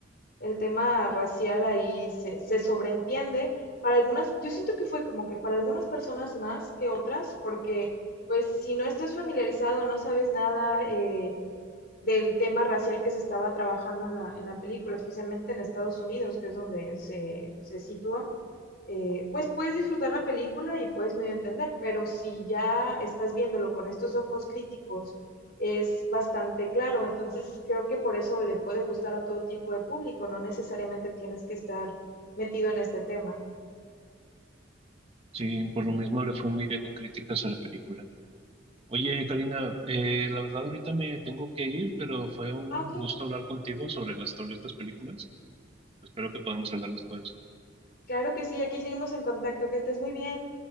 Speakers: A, on the left; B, on the right.
A: el tema racial ahí se, se sobreentiende, para algunas, yo siento que fue como que para algunas personas más que otras, porque pues si no estás familiarizado, no sabes nada, eh, del tema racial que se estaba trabajando en la, en la película, especialmente en Estados Unidos, que es donde se, se sitúa, eh, pues puedes disfrutar la película y puedes medio entender, pero si ya estás viéndolo con estos ojos críticos, es bastante claro. Entonces creo que por eso le puede gustar a todo tipo de público, no necesariamente tienes que estar metido en este tema.
B: Sí, por lo mismo le fue muy bien en críticas a la película. Oye, Karina, eh, la verdad ahorita me tengo que ir, pero fue un
A: Ah, ok.
B: gusto hablar contigo sobre las sobre estas películas. Espero que podamos hablar después.
A: Claro que sí, aquí seguimos en contacto, que estés muy bien.